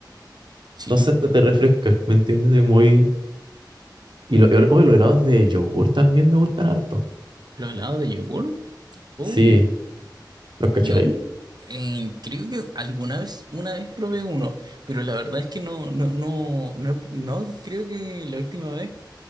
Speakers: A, on the right (about 60°); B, on the right (about 80°).
A: Sí,
B: Entonces hasta te refresca, ¿me entiendes? Es muy... Y lo- oh, y los helados de yogur también me gustan harto.
A: los helados de yogur. Oh,
B: Sí, ¿los cachai?
A: yo eh, creo que alguna vez, una vez probé uno, pero la verdad es que no, no, no, no, he- no, creo que la última vez